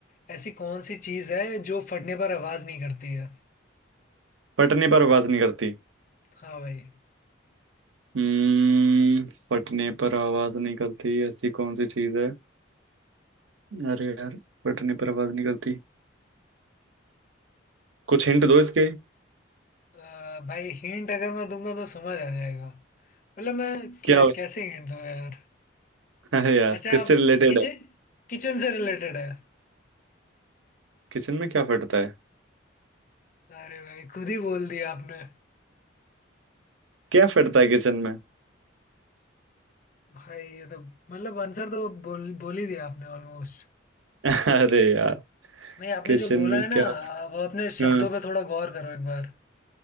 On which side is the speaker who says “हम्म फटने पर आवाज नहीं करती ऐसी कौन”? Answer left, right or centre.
Right